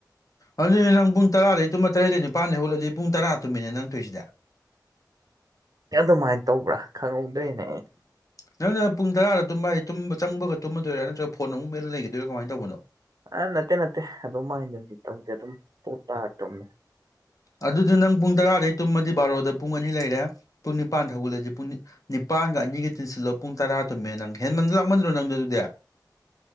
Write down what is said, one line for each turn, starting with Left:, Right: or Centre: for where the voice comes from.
Left: ꯑꯗꯨꯗꯤ ꯅꯪ ꯄꯨꯡ ꯇꯔꯥꯗꯒꯤ ꯇꯨꯝꯃ ꯇꯔꯦꯗ ꯅꯤꯄꯥꯥꯟꯗꯒꯤ ꯍꯧꯒꯠꯂꯗꯤ ꯄꯨꯡ ꯇꯔꯥ ꯇꯨꯝꯃꯤꯟꯅ ꯅꯪ ꯇꯣꯏꯁꯤꯗ
Right: ꯑꯗꯨꯃꯥꯏꯅ ꯇꯧꯕ꯭ꯔꯥ ꯈꯪꯍꯧ ꯂꯩꯅꯦ <unintelligible>
Left: ꯅꯪꯅ ꯄꯨꯡ ꯇꯔꯥꯗ ꯇꯨꯝꯕ ꯍꯥꯏꯗꯤ ꯇꯨꯝꯕ ꯆꯪꯕꯒ ꯇꯨꯝꯃꯗꯣꯏꯔꯥ ꯅꯠꯇ꯭ꯔꯒ ꯐꯣꯟ ꯑꯃꯨꯛ ꯃꯦꯠꯂꯒ ꯂꯩꯈꯤꯗꯣꯏꯔꯥ ꯀꯃꯥꯏꯅ ꯇꯧꯕꯅꯣ
Right: ꯑ ꯅꯠꯇꯦ ꯅꯠꯇꯦ ꯑꯗꯨꯃꯥꯅꯗꯤ ꯇꯩꯗꯦ ꯗꯨꯝ ꯄꯣꯞ ꯇꯥꯔ ꯇꯨꯝꯃꯤ
Left: ꯑꯗꯨꯗꯤ ꯅꯪ ꯄꯨꯡ ꯇꯔꯥꯗꯩ ꯇꯨꯝꯃꯗꯤ ꯕꯥꯔꯣꯗ ꯄꯨꯡ ꯑꯅꯤ ꯂꯩꯔꯦ ꯄꯨꯡ ꯅꯤꯄꯥꯟ ꯍꯧꯒꯠꯂꯗꯤ ꯄꯨꯡ ꯅꯤꯄꯥꯟꯒ ꯑꯅꯤꯒ ꯇꯤꯟꯁꯤꯜꯂꯣ ꯄꯨꯡ ꯇꯔꯥ ꯇꯨꯝꯃꯦ ꯅꯪ ꯍꯦꯟꯃꯟ ꯂꯥꯛꯃꯟꯗ꯭ꯔꯣ ꯅꯪꯗꯤ ꯑꯗꯨꯗꯤ